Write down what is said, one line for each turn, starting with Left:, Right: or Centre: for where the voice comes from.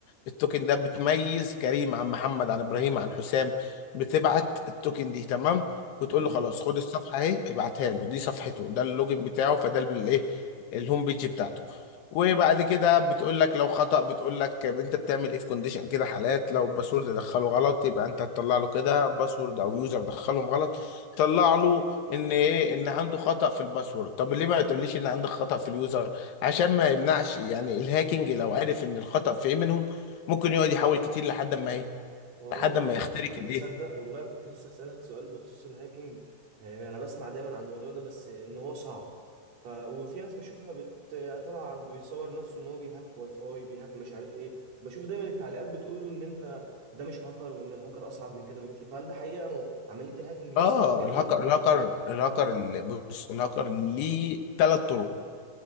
Left: التوكن ده بتميز كريم عن محمد عن ابراهيم عن حسام بتبعت التوكن دي تمام وتقول
Right: تمام
Left: له خلاص خد الصفحه اهي ابعتها له دي صفحته ده اللوجن بتاعه فده الايه الهوم بيج بتاعته وبعد كده بتقول لك لو خطأ بتقول لك انت بتعمل ايه في كونديشن كده حالات لو باسورد دخله غلط يبقى انت هتطلع له كده باسورد او يوزر دخلهم غلط طلع له ان ايه ان عنده خطأ في الباسورد طب ليه ما تقوليش ان عندك خطأ في اليوزر عشان ما يمنعش يعني الهاكينج لو عرف ان الخطأ في ايه منهم ممكن يقعد يحاول كتير لحد ما ايه
Right: اه
Left: لحد ما يخترق
Right: طب
Left: الايه
Right: تصدق والله كنت لسه اسالك سؤال بخصوص الهاكينج آه، انا بسمع دايما عن الموضوع ده بس ان هو صعب ف وفي ناس بشوفها بت... طالعه بيصور نفسه ان هو بيهاك واي فاي بيهاك مش عارف ايه بشوف دايما التعليقات بتقول له ان انت ده مش هاكر وان الهاكر اصعب من كده بكتير فهل ده حقيقه مو... عمليه الهاكينج دي
Left: اه
Right: صعبه جدا
Left: الهاكر الهاكر الهاكر ال- بص الهاكر ليه ثلاث طرق